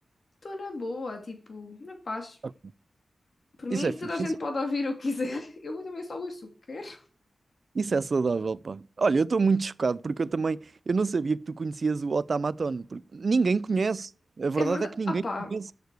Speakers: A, on the left (about 50°); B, on the right (about 45°).
A: estou na boa, tipo, na paz.
B: Ok.
A: Por mim,
B: Isso é fixe.
A: toda a gente pode ouvir o que quiser. <laughs> Eu também só ouço o que quero.
B: Isso é saudável, pá. Olha, eu estou muito chocado porque eu também, eu não sabia que tu conhecias o Otamatone, porque ninguém conhece. A verdade
A: É verdade.
B: é que ninguém
A: Ah pá,
B: conhece.